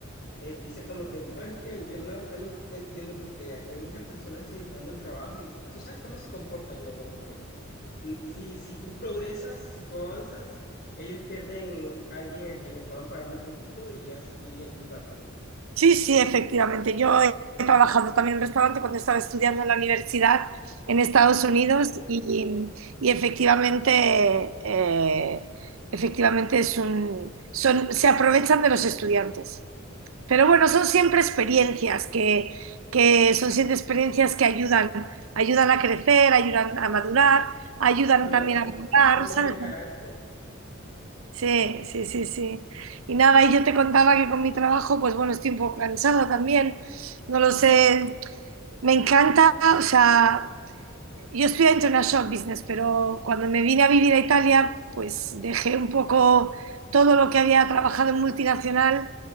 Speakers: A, on the left; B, on the right.
A: eh, dice como que, bueno, Steven, yo la verdad no te entiendo porque aquí hay muchas personas necesitando el trabajo y tú sabes cómo se comportan, ¿no? Como que mm, si, si tú progresas, si tú avanzas, ellos pierden a alguien a quien le puedan pagar muy poquito y, as- y explotarlo.
B: Sí, sí, efectivamente. Yo he trabajado también en un restaurante cuando estaba estudiando en la universidad en Estados Unidos y, y efectivamente, eh, efectivamente es un, son, se aprovechan de los estudiantes. Pero bueno, son siempre experiencias que, que son siempre experiencias que ayudan, ayudan a crecer, ayudan a madurar, ayudan
A: Claro,
B: también a mejorar,
A: forman
B: ¿sabes?
A: el carácter.
B: Sí, sí, sí, sí. Y nada, y yo te contaba que con mi trabajo, pues bueno, estoy un poco cansada también. No lo sé, me encanta, o sea, yo estudié International Business, pero cuando me vine a vivir a Italia, pues dejé un poco todo lo que había trabajado en multinacional